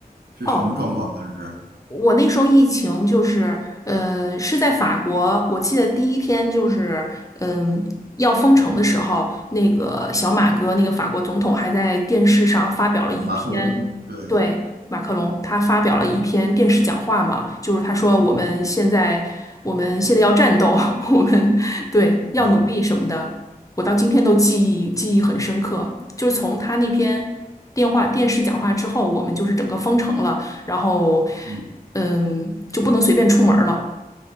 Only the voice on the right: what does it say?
是什么状况？
当时
啊，马克龙，对，
嗯，
啊，
嗯，